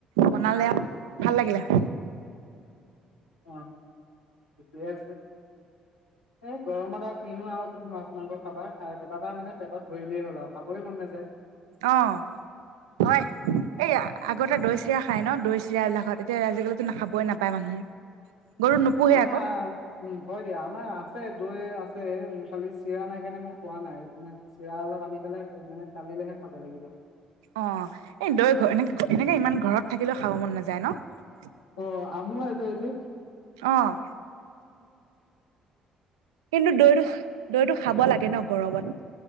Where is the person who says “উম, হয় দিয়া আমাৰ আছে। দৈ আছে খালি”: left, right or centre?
Left